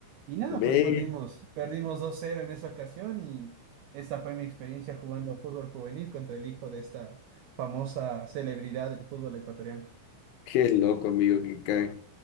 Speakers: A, on the right; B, on the left.
A: Y nada,
B: Ve,
A: pues perdimos, perdimos dos cero en esa ocasión y esa fue mi experiencia jugando fútbol juvenil contra el hijo de esta famosa celebridad del fútbol ecuatoriano.
B: qué loco, amigo, que cae.